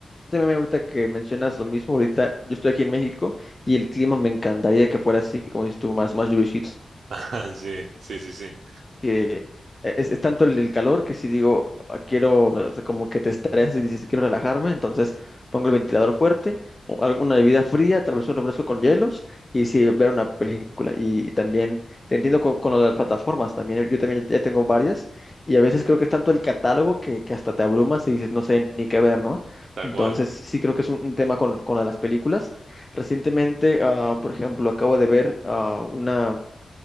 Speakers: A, on the left; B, on the right.
A: ahorita- ahorita que mencionas lo mismo, ahorita yo estoy aquí en México y el clima me encantaría que fuera así, como dices tú, más, más lluviosito
B: <laughs> Sí, sí, sí, sí,
A: que es, es tanto el, el calor que si digo, "Ah, quiero, o sea, como que te estresas y dices, quiero relajarme, entonces pongo el ventilador fuerte, o alguna bebida fría, tal vez un refresco con hielos, y si ver una película. Y, y también te entiendo con, con lo de las plataformas, también yo también ya tengo varias, y a veces creo que es tanto el catálogo que, que hasta te abrumas y dices, no sé ni qué ver, ¿no?
B: tal
A: Entonces
B: cual.
A: sí creo que es un, un tema con, con lo de las películas. Recientemente, ah, por ejemplo, acabo de ver ah, una